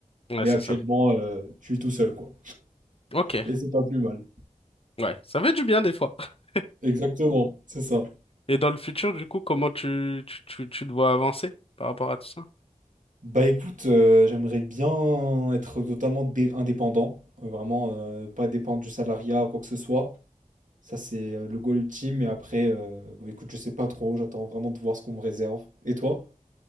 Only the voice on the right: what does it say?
Mais
actuellement,
euh, je suis tout seul, quoi.
Et c'est pas plus mal.
Exactement, c'est ça.
Bah écoute, euh, j'aimerais bien être totalement dé- indépendant, euh, vraiment euh, pas dépendre du salariat ou quoi que ce soit. Ça, c'est euh, le goal ultime. Et après, euh, bah, écoute, je sais pas trop, j'attends vraiment de voir ce qu'on me réserve. Et toi?